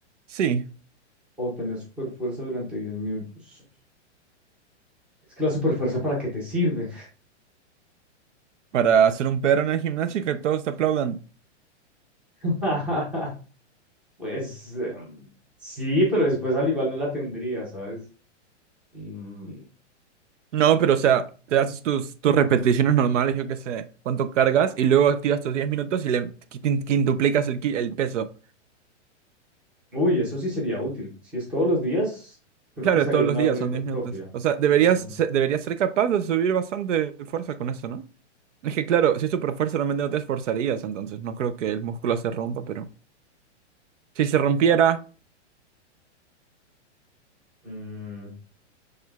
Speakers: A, on the right; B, in the centre.
A: Sí,
B: O tener super fuerza durante 10 minutos. Es que la superfuerza, ¿para qué te sirve?
A: para hacer un perro en el gimnasio y que todos te aplaudan.
B: <laughs> Pues em, sí, pero después al igual no la tendría, ¿sabes? Mm,
A: No, pero o sea, te haces tus, tus repeticiones normales, yo qué sé, cuánto cargas y luego activas tus 10 minutos y le quin- quintuplicas el, ki- el peso.
B: uy, eso sí sería útil. Si es todos los días, creo
A: Claro,
B: que sería
A: todos los
B: una
A: días
B: buena
A: son
B: hipertrofia.
A: 10 minutos. O sea, deberías,
B: Mm,
A: se- deberías ser capaz de subir bastante fuerza con eso, no Es que claro, si es super fuerza realmente no te esforzarías, entonces no creo que el músculo se rompa, pero si se rompiera,
B: claro. Mm,